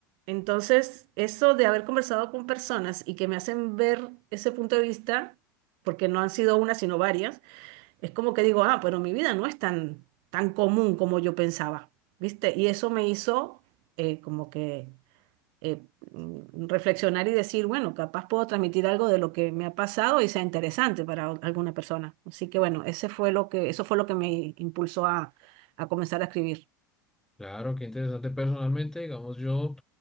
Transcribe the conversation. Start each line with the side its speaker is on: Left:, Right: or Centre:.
Right: Entonces, eso de haber conversado con personas y que me hacen ver ese punto de vista, porque no han sido una, sino varias, es como que digo, ah, pero mi vida no es tan, tan común como yo pensaba, ¿viste? Y eso me hizo eh, como que eh, mm, reflexionar y decir, bueno, capaz puedo transmitir algo de lo que me ha pasado y sea interesante para o- alguna persona. Así que bueno, ese fue lo que, eso fue lo que me impulsó a, a comenzar a escribir.
Centre: Claro, qué interesante. Personalmente, digamos, yo